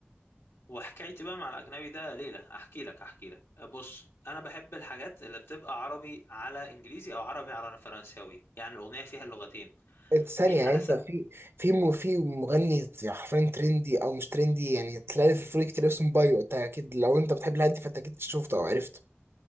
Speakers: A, on the left (about 75°); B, on the right (about 65°).
A: وحكايتي بقى مع الاجنبي ده ليله احكي لك احكي لك بص انا بحب الحاجات اللي بتبقى عربي على انجليزي او عربي على فرنساوي يعني الاغنيه فيها اللغتين
B: الثانية
A: مين
B: يعني
A: احسن
B: انت في في م- في مغني حرفيا ترندي او مش ترندي يعني تلاقي في الفريق كتير اسمه بايو انت اكيد لو انت بتحب الهادي فانت اكيد شفته او عرفته